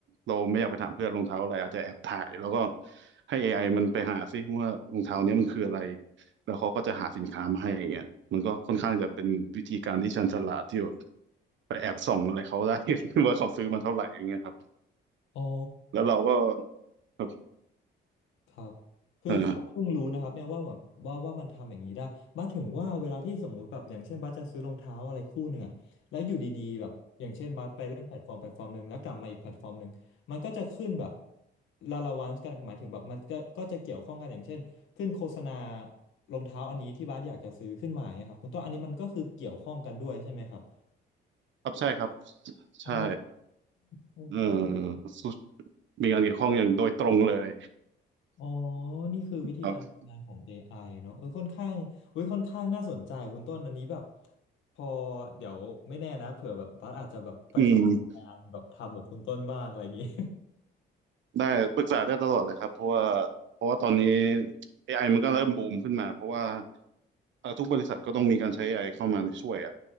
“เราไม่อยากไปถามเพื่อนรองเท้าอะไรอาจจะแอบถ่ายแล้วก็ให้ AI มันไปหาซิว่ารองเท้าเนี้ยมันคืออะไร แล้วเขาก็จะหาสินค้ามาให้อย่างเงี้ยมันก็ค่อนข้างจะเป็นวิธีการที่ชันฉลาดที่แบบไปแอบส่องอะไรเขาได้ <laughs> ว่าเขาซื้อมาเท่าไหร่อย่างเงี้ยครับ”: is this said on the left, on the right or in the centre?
Right